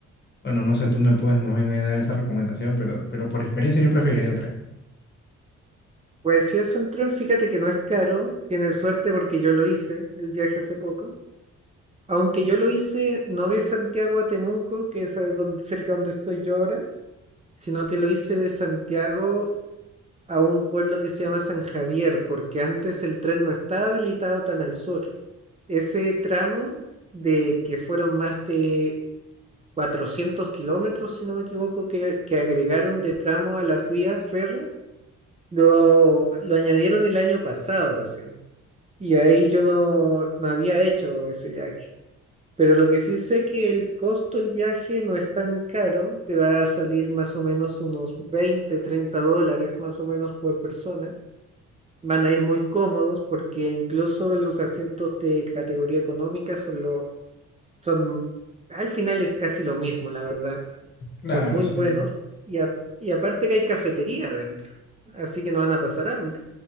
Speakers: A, on the left (about 35°); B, on the right (about 20°).
A: bueno, no sé, tú me puedes más bien ahí dar esa recomendación, pero, pero por experiencia yo preferiría el tren.
B: Pues si es en tren, fíjate que no es caro, tienes suerte porque yo lo hice el viaje hace poco, aunque yo lo hice no de Santiago a Temuco, que es a donde, cerca donde estoy yo ahora, sino que lo hice de Santiago a un pueblo que se llama San Javier, porque antes el tren no estaba habilitado tan al sur. Ese tramo de que fueron más de 400 kilómetros, si no me equivoco, que, que agregaron de tramo a las vías férreas, lo, lo añadieron el año pasado recién. Y ahí yo no, no había hecho ese viaje. Pero lo que sí sé que el costo del viaje no es tan caro, te va a salir más o menos unos 20 30 dólares más o menos por persona. Van a ir muy cómodos porque incluso los asientos de categoría económica son lo, son, al final es casi lo mismo, la verdad.
A: Claro,
B: Son muy
A: sí.
B: buenos y, a- y aparte que hay cafetería adentro, así que no van a pasar hambre.